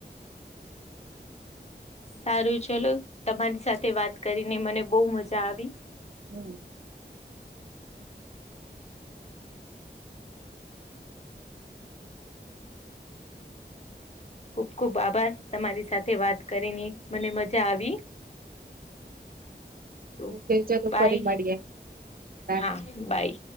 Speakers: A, on the left; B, on the right.
A: સારું ચલો તમારી સાથે વાત કરીને મને બહ મજા આવી
B: હમ
A: ખુબ ખુબ આભાર તમારી સાથે વાત કરીને મને મજા આવી. તો
B: કે ચલો
A: બઈ
B: ફરી મળીએ બાય.
A: હા બઈ